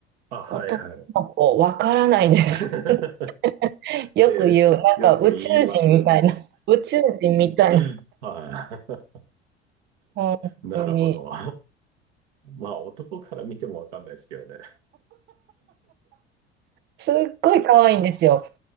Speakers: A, on the right (about 65°); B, on the right (about 30°).
A: あ、はいはい。
B: 男の子わからないです。
A: <laughs> っ
B: <laughs> よく言う、
A: てよく言いますよね。
B: なんか宇宙人みたいな、宇宙人みたいな、
A: <laughs> は
B: 本当に、
A: い。<laughs> なるほど。まあ、男から見てもわかんないですけどね。
B: すっごい可愛いんですよ。